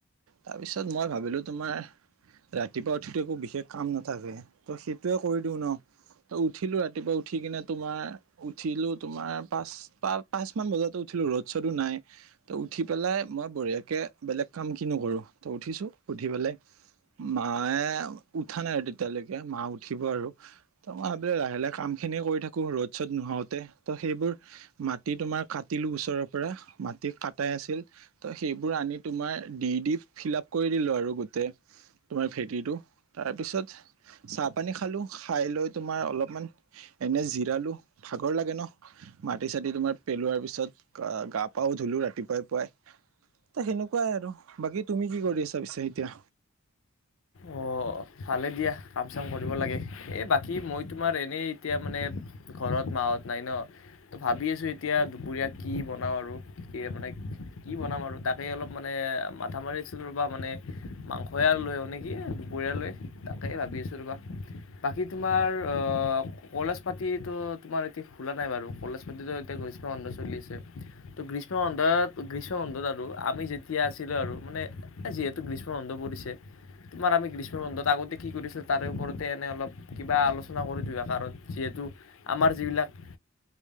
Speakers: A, on the right; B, on the left.
A: তাৰপিছত মই ভাবিলো তোমাৰ, ৰাতিপুৱা উঠিতো একো বিশেষ কাম নাথাকে ত সেইটোৱে কৰি দিওঁ ন। ত উঠিলোঁ ৰাতিপুৱা উঠি কিনে তোমাৰ উঠিলোঁ তোমাৰ পাঁচ পা পাঁচ মান বজাতো উঠিলো ৰদ-চদো নাই। ত উঠি পেলাই মই বঢ়িয়াকে বেলেগ কাম কিনো কৰো, ত উঠিছোঁ উঠি পেলাই মায়ে উঠা নাই আৰু তেতিয়ালৈকে মা উঠিব আৰু ত মই ভাবিলো লাহে লাহে কামখিনিয়ে কৰি থাকো ৰ'দ চ'দ নোহাওতে। ত সেইবোৰ মাটি তোমাৰ কাটিলো ওচৰৰ পৰা, মাটি কটাই আছিল। ত সেইবোৰ আনি তোমাৰ ডি ডি ফিল আপ কৰি দিলো আৰু গোটেই তোমাৰ ভেটিটো। তাৰপিছত চাহ-পানী খালো খাই লৈ তোমাৰ অলপমান এনে জিৰালো ভাগৰ লাগে ন। মাটি-চাতি তোমাৰ পেলোৱাৰ পিছত গা পাও ধুলো ৰাতিপুৱাই পুৱাই। ত সেনেকুৱাই আৰু বাকী তুমি কি কৰি আছা পিছে এতিয়া?
B: অ' ভালে দিয়া কাম চাম কৰিব লাগে, এ বাকী মই তোমাৰ এনেই এতিয়া মানে ঘৰত মাহঁত নাই ন? ত ভাবি আছো এতিয়া দুপৰীয়া কি বনাও আৰু কি মানে কি বনাম আৰু তাকে অলপ মানে মাথা মাৰিছিলো ৰবা মানে মাংসয়া আলু লৈ আহো নেকি দুপৰীয়া লৈ, তাকে ভাবি আছো ৰবা। বাকী তোমাৰ অ কলেজ পাতিতো তোমাৰ এতিয়া খোলা নাই বাৰু কলেজ পাতিতো তে গৈছ অন্ধ চলি আছে। ত গ্ৰীষ্ম বন্ধত গ্ৰীষ্ম বন্ধত আৰু আমি যেতিয়া আছিলো আৰু মানে যিহেত টো গ্ৰীষ্ম বন্ধ পৰিছে তোমাৰ আমি গ্ৰীষ্ম বন্ধত তা আগতে কি কৰিছিল তাৰে ওপৰতে এনেই অলপ কিবা আলোচনা কৰি দুয়ো কাৰণ যিহেতু আমাৰ যিবিলাক